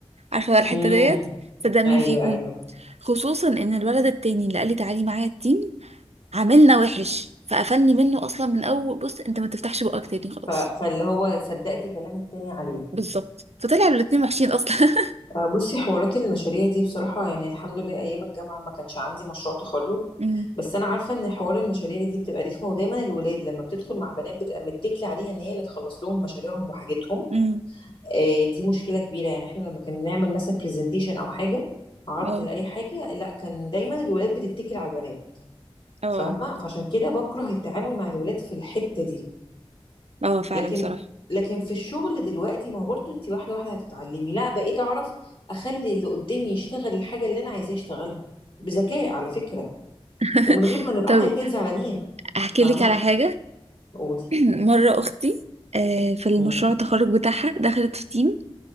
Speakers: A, on the right; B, on the left.
A: عارفة بقى الحتة
B: مم.
A: ديت صدق مين
B: ايوه
A: فيكم
B: ايوه
A: خصوصا ان الولد التاني اللي قال لي تعالي معايا التيم عاملنا وحش فقفلني منه اصلا من اول بص انت ما تفتحش بقك تاني خلاص
B: ف... فاللي هو صدقتي كلام التاني عليه
A: بالظبط فطلعوا الاتنين وحشين اصلا <laughs>
B: آه، بصي حوارات المشاريع دي بصراحة يعني الحمد لله أيام الجامعة ما كانش عندي مشروع تخرج
A: امم
B: بس أنا عارفة إن حوار المشاريع دي بتبقى رخمة ودايما الولاد لما بتدخل مع بنات بتبقى متكلة عليها إن هي اللي تخلص لهم مشاريعهم وحاجتهم
A: امم
B: آه، دي مشكلة كبيرة يعني إحنا لما كنا بنعمل مثلا برزنتيشن أو حاجة عرض
A: اه
B: لأي حاجة لا كان دايما الولاد بتتكل على البنات
A: اه
B: فاهمة فعشان كده بكره التعامل مع الولاد في الحتة دي
A: اه فعلا
B: لكن
A: بصراحة
B: لكن في الشغل دلوقتي ما هو برضو انت واحده واحده هتتعلمي لا بقيت اعرف اخلي اللي قدامي يشتغل الحاجه اللي انا عايزاه يشتغلها بذكاء على فكره
A: <laughs>
B: ومن غير ما نبقى
A: طب
B: احنا الاتنين زعلانين
A: احكي
B: فاهمه
A: لك على حاجة
B: قولي
A: <clears throat> مرة اختي آه، في المشروع
B: مم.
A: التخرج بتاعها دخلت في تيم